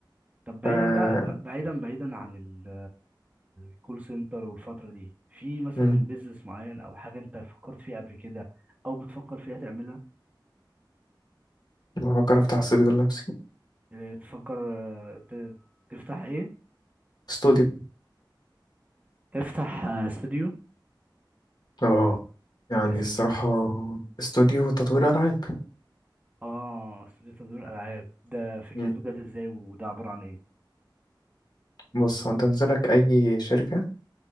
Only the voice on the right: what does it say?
طب بعيدا
بقى ب- بعيدا بعيدا عن ال- الكول سنتر والفترة دي في مثلا
بيزنس معين او حاجة انت فكرت فيها قبل كده او بتفكر فيها تعملها
إيه، تفكر آه، ت- تفتح ايه
تفتح آه، استوديو
اس-
اه استوديو تطوير العاب ده فكرته
جت ازاي وده عبارة عن ايه